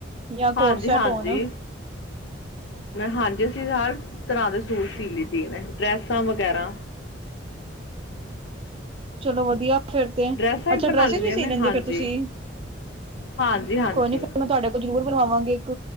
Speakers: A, on the right; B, on the left.
A: ਜਾਂ
B: ਹਾਂਜੀ
A: ਕੋਟ ਸੈਟ
B: -ਹਾਂਜੀ।
A: ਹੋਣ
B: ਹਾਂਜੀ। ਅਸੀਂ ਹਰ ਤਰ੍ਹਾਂ ਦੇ ਸੂਟ ਸੀ ਲੈਂਦੀ ਮੈਂ ਡਰੈਸਾਂ ਵਗੈਰਾ
A: ਚਲੋ ਵਧੀਆ। ਫਿਰ ਤੇ
B: ਡਰੈਸਾਂ
A: ਅੱਛਾ
B: ਬਣਾ
A: ਡਰੈਸਿਸ
B: ਲਈਆਂ
A: ਵੀ ਸੀ
B: ਨੇ
A: ਲੈਂਦੇ
B: ਹਾਂਜੀ
A: ਫਿਰ ਤੁਸੀਂ
B: ਹਾਂਜੀ ਹਾਂਜੀ
A: ਕੋਈ ਨੀ ਫਿਰ ਮੈਂ ਤੁਹਾਡੇ ਕੋਲ ਉਹ ਜਰੂਰ ਬਣਵਾਵਾਂਗੇ ਇੱਕ